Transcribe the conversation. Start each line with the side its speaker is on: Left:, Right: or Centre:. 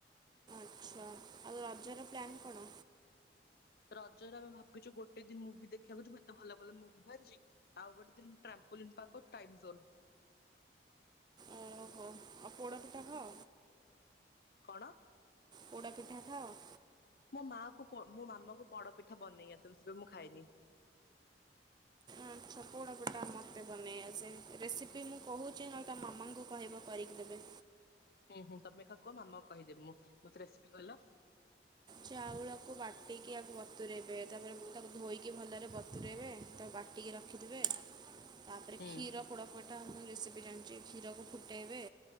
Right: ଆଚ୍ଛା ଆଉ ରଜର ପ୍ଲାନ୍ କଣ?
Left: ରଜରେ ଆମେ ଭାବିଛୁ ଗୋଟେ ଦିନ ମୁଭି ଦେଖିବାକୁୁ ଯିବୁ ଏତେ ଭଲ ଭଲ ମୁଭି ବାହାରିଛି। ଆଉ ଗୋଟେ ଦିନ ଟ୍ରାମ୍ପୋଲି ପାଖ ଟାଇମ ଜୋନ୍।
Right: ଓହୋ ଆଉ ପୋଡ଼ପିଠା ଖାଅ?
Left: କଣ?
Right: ପୋଡ଼ାପିଠା ଖାଅ।
Left: ମୋ ମା କୁ ପୋ ମୋ ମାମାଙ୍କୁ ପଡପିଠା ବନେଇ ଆସେନି ସେଥିପାଈଁ ମୁଁ ଖାଇନି।
Right: ଆଛା ପୋଡ଼ପିଠା ମୋତେ ବନେଇ ଆସେ ରେସିପି ମୁଁ କହୁଛି ନହେଲେ ତମ ମାମାଙ୍କୁ କହିବ କରିକି ଦେବେ।
Left: ହୁଁ ହୁ ତମେ ଖା କୁହ ମାମା କୁ କହିଦେବି ମୁଁ ମତେ ରେସିପି କହଲ।
Right: ଚାଉଳକୁ ବାଟିକି ଆକୁ ବତୁରାଇବେ ତାପରେ ମୁ ତାକୁ ଧୋଇକି ଭଲରେ ବତୁରାଇବେ ତା ବାଟ୍ ଟିକି ରଖିଥିବେ। ତାପରେ
Left: ହୁଁ
Right: କ୍ଷୀର ପୋଡ଼ପଠା ମୁ ରେସିପି ଜାଣିଛି କ୍ଷୀରକୁ ଫୁଟେଇବେ।